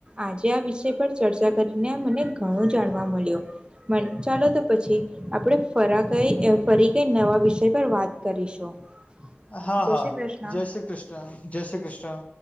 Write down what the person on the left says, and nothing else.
હા
હા
જય શ્રી કૃષ્ણ. જય શ્રી કૃષ્ણ.